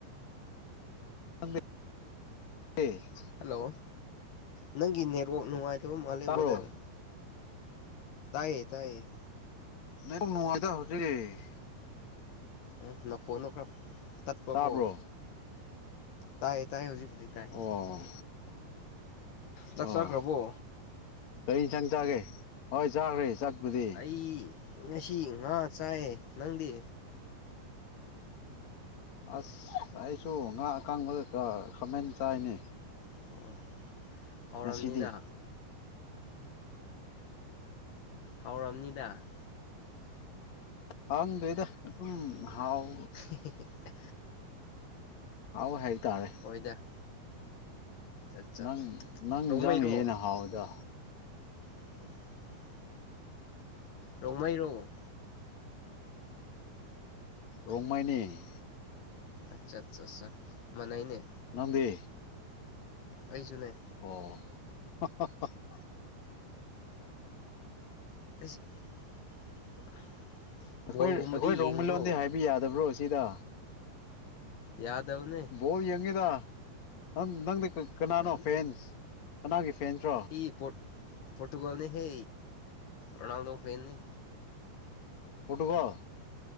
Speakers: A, on the left (about 45°); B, on the left (about 70°).
A: <unintelligible>
B: ꯍꯜꯂꯣ ꯅꯪꯒꯤ ꯅꯦꯠꯋꯥꯛ ꯅꯨꯡꯉꯥꯏꯇꯕ ꯃꯥꯜꯂꯦ
A: ꯇꯥꯕ꯭ꯔꯣ
B: ꯕ꯭ꯔꯗꯔ ꯇꯥꯏꯌꯦ ꯇꯥꯏꯌꯦ
A: ꯅꯦꯠꯋꯥꯛ ꯅꯨꯡꯉꯥꯏꯇ ꯍꯧꯖꯤꯛ
B: ꯎꯝ ꯅꯈꯣꯟꯗꯣ ꯈꯔ ꯇꯠꯄꯀꯣ
A: ꯇꯥꯕ꯭ꯔꯣ
B: ꯇꯥꯏ ꯇꯥꯏ ꯍꯧꯖꯤꯛꯄꯨꯗꯤ ꯇꯥꯏ
A: ꯑꯣ
B: ꯆꯥꯛ
A: ꯑꯣ
B: ꯆꯥꯈ꯭ꯔꯕꯣ?
A: ꯀꯔꯤ ꯏꯟꯁꯥꯡ ꯆꯥꯒꯦ? ꯍꯣꯏ ꯆꯥꯈ꯭ꯔꯦ꯫ ꯆꯥꯛꯄꯨꯗꯤ
B: ꯑꯩ ꯉꯁꯤ ꯉꯥ ꯆꯥꯏꯌꯦ꯫ ꯅꯪꯗꯤ?
A: ꯑꯁ ꯑꯩꯁꯨ ꯉꯥ ꯑꯀꯥꯡꯕꯒ ꯈꯥꯃꯦꯟ ꯆꯥꯏꯅꯦ꯫
B: <unintelligible> ꯍꯥꯎꯔꯝꯅꯤꯗ
A: ꯉꯁꯤꯗꯤ?
B: ꯍꯥꯎꯔꯝꯅꯤꯗ꯫
A: ꯍꯥꯡꯗ꯭ꯔꯦꯗ ꯑꯗꯨꯝ ꯍꯥꯎ
B: <unintelligible>
A: ꯍꯥꯎꯋꯦ ꯍꯥꯏꯇꯥꯔꯦ꯫
B: ꯍꯣꯏꯗ ꯑꯠꯆꯥ
A: ꯅꯪ -ꯅꯪ
B: ꯔꯣꯡꯃꯩꯔꯣ
A: ꯏꯖꯥꯡꯅ ꯍꯦꯟꯅ ꯍꯥꯎꯏꯗ꯫
B: <unintelligible> ꯔꯣꯡꯃꯩ ꯔꯣ?
A: ꯔꯣꯡꯃꯩꯅꯦ꯫
B: ꯑꯆꯥ-ꯆ-ꯆ ꯃꯅꯩꯅꯦ꯫
A: ꯅꯪꯗꯤ?
B: ꯑꯩꯁꯨꯅꯦ꯫
A: <unintelligible>
B: <unintelligible>
A: ꯑꯩꯈꯣꯏ
B: ꯕꯣꯜꯒꯨꯝꯕꯗꯤ
A: ꯑꯩꯈꯣꯏ ꯔꯣꯡꯃꯩ
B: ꯌꯦꯡꯕ꯭ꯔꯣ
A: ꯂꯣꯟꯗꯤ ꯍꯥꯏꯕ ꯌꯥꯗꯕ꯭ꯔꯣ ꯁꯤꯗ?
B: ꯌꯥꯗꯕꯅꯦ꯫
A: ꯕꯣꯜ ꯌꯦꯡꯉꯤꯗ ꯅꯪ- ꯅꯪꯗꯤ ꯀꯅꯥꯅꯣ
B: ꯑꯥ
A: ꯐꯦꯟ ꯀꯅꯥꯒꯤ ꯐꯦꯟꯁ
B: ꯑꯩ ꯄꯣꯔꯠ -ꯄꯣꯔꯠꯇꯨꯒꯜꯅꯦ ꯍꯦ ꯔꯣꯅꯥꯜꯗꯣ ꯐꯦꯟꯅꯤ꯫
A: ꯄꯣꯔꯠꯇꯨꯒꯜ?